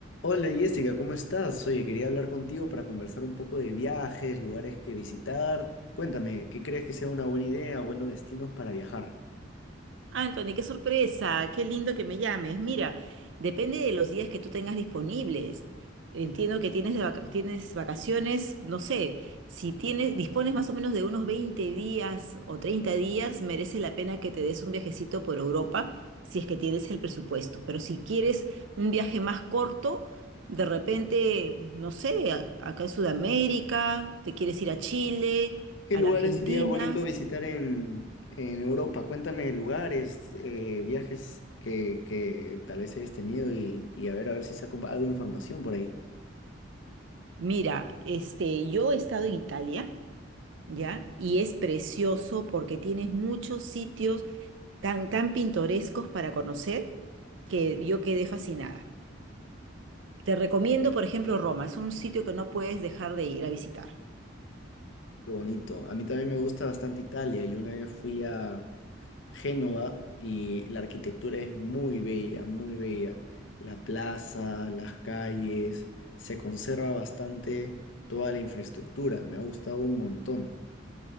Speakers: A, on the left (about 75°); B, on the right (about 70°).
A: Hola Jessica, ¿cómo estás? Oye, quería hablar contigo para conversar un poco de viajes, lugares que visitar. Cuéntame, ¿qué crees que sea una buena idea o buenos destinos para viajar?
B: Anthony, qué sorpresa, qué lindo que me llames. Mira, depende de los días que tú tengas disponibles. Entiendo que tienes, de vaca- tienes vacaciones, no sé, si tienes, dispones más o menos de unos 20 días o 30 días, merece la pena que te des un viajecito por Europa si es que tienes el presupuesto. Pero si quieres un viaje más corto, de repente, no sé, a- acá en Sudamérica, te quieres ir a Chile,
A: ¿Qué
B: a
A: lugares
B: la Argentina.
A: sería bonito visitar en, en Europa? Cuéntame lugares, eh, viajes que, que tal vez hayas tenido y, y a ver, a ver si saco algo de información por ahí.
B: Mira, este, yo he estado en Italia. ¿ya? Y es precioso porque tienes muchos sitios tan, tan pintorescos para conocer que yo quedé fascinada. Te recomiendo, por ejemplo, Roma. Es un sitio que no puedes dejar de ir a visitar.
A: Qué bonito. A mí también me gusta bastante Italia. Yo una vez fui a, Génova y la arquitectura es muy bella, muy bella. La plaza, las calles, se conserva bastante toda la infraestructura, me ha gustado un montón.